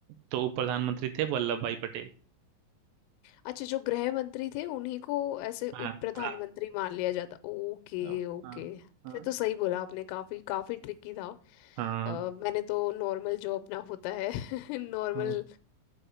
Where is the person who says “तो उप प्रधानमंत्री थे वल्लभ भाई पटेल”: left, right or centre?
Right